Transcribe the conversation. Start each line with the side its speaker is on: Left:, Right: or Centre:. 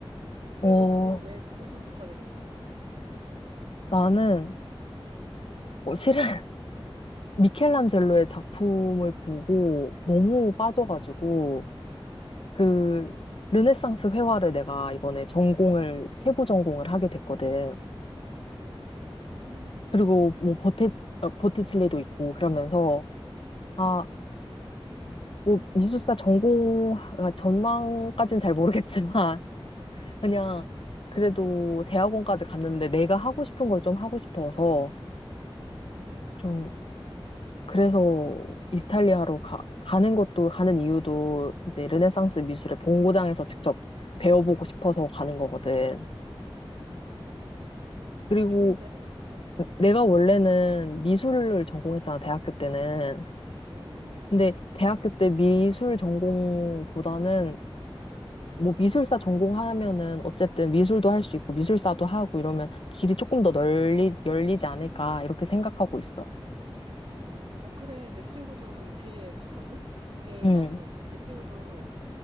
Right: 왜,
Left: 어,
Right: 왜 그거, 왜 그걸 선택하게 됐어?
Left: 나는 어, 실은 미켈란젤로의
Right: 음,
Left: 작품을 보고 너무 빠져가지고 그
Right: 어,
Left: 르네상스 회화를 내가 이번에 전공을 세부 전공을 하게 됐거든.
Right: 음,
Left: 그리고
Right: 음,
Left: 뭐 버티 어, 버티칠리도 있고 그러면서
Right: 음,
Left: 아, 뭐 미술사 전공 아, 전망까진 잘 모르겠지만 <laughs>
Right: 음,
Left: 그냥 그래도 대학원까지 갔는데 내가 하고 싶은 걸 좀 하고 싶어서
Right: 음,
Left: 좀 그래서 이스탈리아로 가, 가는 것도 가는 이유도 이제 르네상스 미술의 본고장에서 직접 배워보고 싶어서 가는 거거든.
Right: 음.
Left: 그리고
Right: 좋은데? 응, 음
Left: 내가 원래는 미술을 전공했잖아, 대학교 때는.
Right: 음, 음,
Left: 근데 대학교 때 미술 전공보다는 뭐 미술사 전공하면은 어쨌든 미술도 할 수 있고 미술사도 하고 이러면 길이 조금 더 널리 열리지 않을까 이렇게 생각하고 있어.
Right: 음. 어, 그래. 내 친구도 이태리에 갔거든? 그게
Left: 응,
Right: 나도, 내 친구도,